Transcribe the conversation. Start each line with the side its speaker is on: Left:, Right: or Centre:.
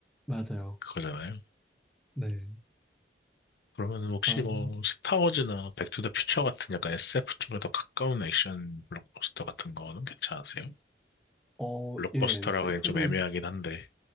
Centre: 맞아요.
Left: 그거잖아요.
Centre: 네.
Left: 그러면 혹시
Centre: 아,
Left: 뭐 스타워즈나 백투더퓨처 같은 약간 SF 쪽에 더 가까운 액션 블록버스터 같은 거는 괜찮으세요?
Centre: 어,
Left: 블록버스터라고
Centre: 예, 세프도
Left: 하기엔 좀 애매하긴 한데,